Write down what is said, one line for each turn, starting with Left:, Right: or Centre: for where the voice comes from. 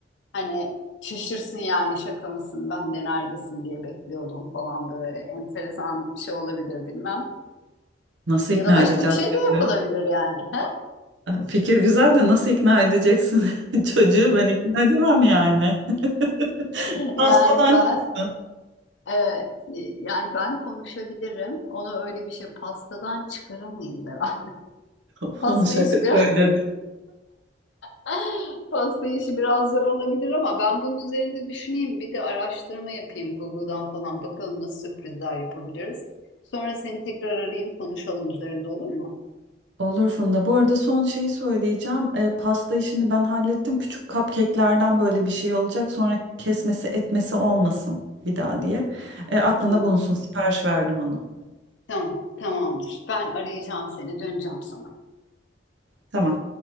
Left: Hani şaşırsın yani şaka mısın ben de neredesin diye bekliyordum falan böyle enteresan bir şey olabilir bilmem.
Right: Nasıl
Left: Ya
Right: ikna
Left: da başka
Right: edeceğiz
Left: bir şey de yapılabilir
Right: diyor.
Left: yani. <laughs>
Right: Fikir güzel de nasıl ikna edeceksin <laughs> çocuğu ben ikna edemem yani. <laughs>
Left: Yani
Right: Hastadan
Left: ben
Right: çıksın.
Left: evet yani ben konuşabilirim. Ona öyle bir şey pastadan çıkaramayız herhalde.
Right: <laughs>
Left: <laughs> Pasta
Right: Onu şaka
Left: işi biraz
Right: söyledim.
Left: <laughs> pasta işi biraz zor olabilir ama ben bunun üzerinde düşüneyim. Bir de araştırma yapayım Google'dan falan bakalım nasıl sürprizler yapabiliriz. Sonra seni tekrar arayayım konuşalım üzerinde olur mu?
Right: Olur Funda. Bu arada son şeyi söyleyeceğim. E, pasta işini ben hallettim. Küçük cupcake'lerden böyle bir şey olacak. Sonra kesmesi etmesi olmasın bir daha diye. E, aklında
Left: Tamam.
Right: bulunsun. Sipariş verdim onu.
Left: Tamam. Tamamdır. Ben arayacağım seni döneceğim sana.
Right: Tamam.